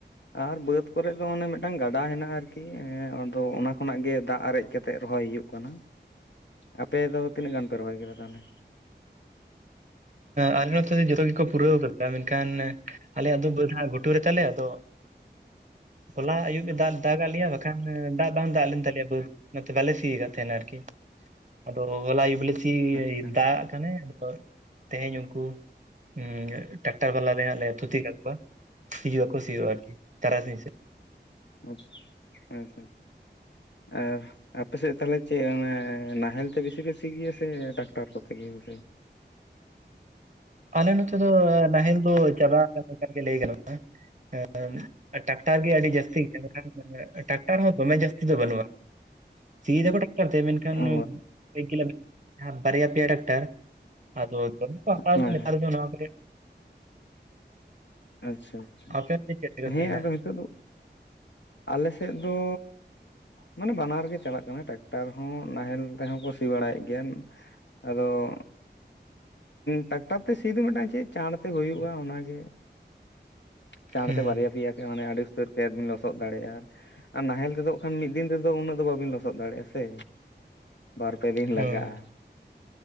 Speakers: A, on the left; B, on the right.
A: ᱟᱨ ᱵᱟᱹᱫᱽ ᱠᱚᱨᱮ ᱫᱚ ᱢᱟᱱᱮ ᱢᱤᱫᱴᱟᱝ ᱜᱟᱰᱟ ᱦᱮᱱᱟᱜᱼᱟ ᱟᱨ ᱠᱤᱸ ᱮᱸ ᱟᱫᱚ ᱚᱱᱟ ᱠᱷᱚᱱᱟᱜ ᱜᱮ ᱫᱟᱜ ᱟᱨᱮᱡ ᱠᱟᱛᱮᱜ ᱨᱚᱦᱚᱭ ᱦᱩᱭᱩᱜ ᱠᱟᱱᱟ᱾ ᱟᱯᱮ ᱫᱚ ᱛᱤᱱᱟᱹᱜ ᱜᱟᱱ ᱯᱮ ᱨᱚᱦᱚᱭ ᱠᱮᱫᱟ ᱛᱟᱦᱚᱞᱮ?
B: ᱟᱞᱮ ᱱᱚᱛᱮ ᱫᱚ ᱡᱚᱛᱚ ᱜᱮᱠᱚ ᱯᱩᱨᱟᱹᱣ ᱠᱟᱫᱟ ᱢᱮᱱᱠᱷᱟᱱ ᱟᱞᱮᱭᱟᱜ ᱫᱚ ᱵᱟᱹᱫ ᱦᱟᱸᱜ ᱜᱚᱴ ᱴᱩ ᱨᱮ ᱛᱟᱞᱮ ᱟᱫᱚ ᱦᱚᱞᱟ ᱟᱹᱭᱩᱵ-ᱮ ᱫᱟᱜ ᱫᱟᱜ-ᱟᱫ ᱞᱮᱭᱟ ᱵᱟᱠᱷᱟᱱ ᱫᱟᱜ ᱵᱟᱝ ᱫᱟᱜ ᱞᱮᱱ ᱛᱟᱞᱮᱭᱟ ᱵᱟᱹᱫᱽ᱾ ᱚᱱᱟᱚᱛᱮ ᱵᱟᱞᱮ ᱥᱤᱭ ᱟᱠᱟᱫ ᱛᱟᱦᱮᱱᱟ ᱟᱨᱠᱤ᱾ ᱟᱫᱚ ᱦᱚᱞᱟ ᱟᱹᱭᱩᱵ ᱞᱮ ᱪᱤᱱᱫᱟᱜ-ᱟᱜ
A: ᱟᱪᱪᱷᱟ
B: ᱠᱟᱱᱟᱭ ᱟᱫᱚ ᱛᱮᱦᱮᱧ ᱩᱱᱠᱩ ᱩᱸᱜ ᱴᱟᱠᱴᱟᱨ ᱵᱟᱞᱟᱞᱮ ᱦᱟᱸᱜ ᱞᱮ ᱛᱷᱩᱛᱤ ᱠᱟᱜ ᱠᱚᱣᱟ, ᱦᱤᱡᱩᱜᱼᱟᱠᱚ ᱥᱤᱭᱳ ᱟᱨᱠᱤ ᱛᱟᱨᱟᱥᱤᱧ ᱥᱮᱫ᱾
A: ᱟᱪᱪᱷᱟ ᱟᱪᱪᱷᱟ ᱟᱨ ᱟᱯᱮᱥᱮᱫ ᱛᱟᱦᱚᱞᱮ ᱪᱮᱫ ᱚᱱᱮ ᱱᱟᱦᱮᱞ ᱛᱮ ᱵᱮᱥᱤ ᱯᱮ ᱥᱤᱜᱮᱭᱟ ᱥᱮ ᱴᱟᱠᱴᱟᱨ ᱠᱚᱛᱮ ᱜᱮ ᱵᱮᱥᱤ᱾
B: ᱟᱞᱮ ᱱᱚᱛᱮ ᱫᱚ ᱱᱟᱦᱮᱞ ᱫᱚ ᱪᱟᱵᱟ ᱟᱠᱟᱱ ᱞᱮᱠᱟᱜᱮ ᱞᱟᱹᱭ ᱜᱟᱱᱟ᱾ ᱦᱮᱸᱢ ᱴᱟᱠᱴᱟᱨ ᱜᱮ ᱟᱹᱰᱤ ᱡᱟᱹᱥᱛᱤ ᱜᱮᱭᱟ ᱢᱮᱱᱠᱷᱟᱱ ᱴᱟᱟᱠᱴᱟᱨ ᱦᱚᱸ ᱫᱚᱢᱮ ᱡᱟᱹᱥᱛᱤ ᱫᱚ ᱵᱟᱹᱱᱩᱜᱼᱟ᱾ ᱥᱤᱫᱟᱠᱚ ᱴᱟᱠᱴᱟᱨ ᱛᱮ ᱢᱮᱱᱠᱷᱟᱱ
A: ᱚ
B: ᱠᱚᱭᱮᱠ ᱵᱟᱨᱭᱟ ᱯᱮᱭᱟ ᱴᱟᱠᱼᱼ ᱴᱟᱨ ᱟᱫ ᱫᱚᱢᱮᱠᱚ ᱷᱟᱛᱟᱭ
A: ᱦᱮᱸ
B: ᱮᱫᱟ ᱱᱚᱭᱟ ᱠᱚᱨᱮᱫ᱾
A: ᱟᱪᱪᱷᱟ ᱟᱪᱪᱷᱟ
B: ᱟᱯᱮ ᱚᱱᱛᱮ ᱪᱮᱫ ᱛᱮᱠᱚ
A: ᱦᱮᱸ
B: ᱥᱤᱭ ᱮᱫᱟ
A: ᱟᱫᱚ ᱱᱤᱛᱚᱜ ᱫᱚ ᱟᱞᱮᱥᱮᱫ ᱫᱚ ᱢᱟᱱᱮ ᱵᱟᱱᱟᱨ ᱜᱮᱮ ᱪᱟᱞᱟᱜ ᱠᱟᱱᱟ ᱴᱟᱠᱴᱟᱨ ᱦᱚᱸ ᱱᱟᱦᱮᱞ ᱛᱮᱦᱚᱸ ᱠᱚ ᱥᱤ ᱵᱟᱲᱟᱭᱮᱫ ᱜᱮᱭᱟ ᱟᱫᱚ ᱴᱟᱠᱴᱟᱨ ᱛᱮ ᱥᱤ ᱫᱚ ᱢᱤᱫᱴᱟᱝ ᱪᱮᱫ ᱪᱟᱬ ᱛᱮ ᱦᱩᱭᱩᱜᱼᱟ ᱚᱱᱟᱜᱮ᱾ ᱪᱟᱬ
B: ᱦᱩᱸ
A: ᱛᱮ ᱵᱟᱨᱭᱟ ᱯᱮᱭᱟ ᱟᱹᱰᱤ ᱩᱛᱟᱹᱨ ᱠᱷᱮᱫ ᱵᱤᱱ ᱞᱚᱥᱚᱫ ᱫᱟᱲᱮᱭᱟᱜᱼᱟ ᱟᱨ ᱱᱟᱦᱮᱞ ᱛᱮᱫᱚ ᱠᱷᱟᱱ ᱢᱤᱫ ᱫᱤᱱ ᱛᱮᱫᱚ ᱩᱱᱟᱹᱜ ᱫᱚ ᱵᱟᱵᱤᱱ ᱞᱚᱥᱚᱫ ᱫᱟᱲᱮᱭᱟᱜᱼᱟ ᱥᱮ ᱵᱟᱨᱯᱮ ᱫᱤᱱ
B: ᱦᱳᱭ
A: ᱞᱟᱜᱟᱜᱼᱟ